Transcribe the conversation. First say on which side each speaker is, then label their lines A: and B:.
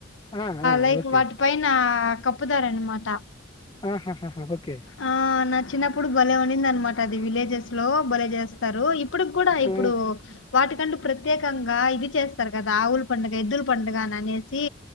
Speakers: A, on the left (about 25°); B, on the left (about 80°).
A: ఆ ఆ
B: లైక్
A: ఓకే
B: వాటి పైన కప్పుతారన్నమాట
A: ఆహాహాహా! ఓకే.
B: ఆ నా చిన్నప్పుుడు బలే ఉనింద అన్మాట అది విలేజెస్ లో బలే చేస్తారు ఇప్పుడు కూడా ఇప్పుడు
A: ఆ!
B: వాటికంటూ ప్రత్యేక కంగా ఇది చేస్తారు కదా ఆవుల పండుగ ఎద్దుల పండుగ అని అనేసి